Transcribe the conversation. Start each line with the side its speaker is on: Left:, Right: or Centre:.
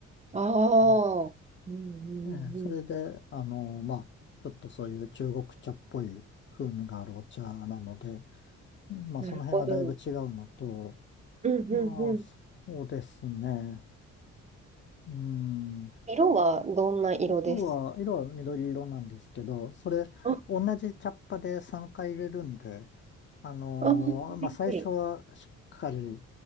Right: ああ、
Left: うん
Right: うん、うん、
Left: えーそれで、
Right: うん。
Left: あの、まあ、ちょっとそういう中国茶っぽい風味があるお茶なので、まあ、
Right: なるほど。
Left: その辺はだいぶ違うのと、
Right: うん、
Left: まあ、
Right: うん、うん。
Left: そうですね。うん。
Right: 色はどんな色です
Left: 色は、色は緑色なんですけど、それ、
Right: あ、あ、
Left: 同じ茶っ葉で3回入れるんで、あのーまあ、
Right: はいはい。
Left: 最初はしっかり、